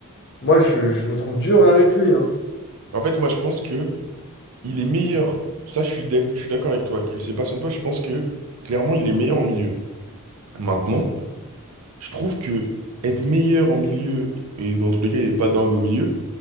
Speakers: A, on the left; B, on the right.
A: moi, je, je vous trouve dur avec lui. hein.
B: En fait, moi, je pense que il est meilleur. Ça, je suis d'ac- je suis d'accord avec toi que c'est pas son poste. Je pense que clairement, il est meilleur au milieu. Maintenant, je trouve que être meilleur en milieu et dans tous les cas, il est pas dingue au milieu.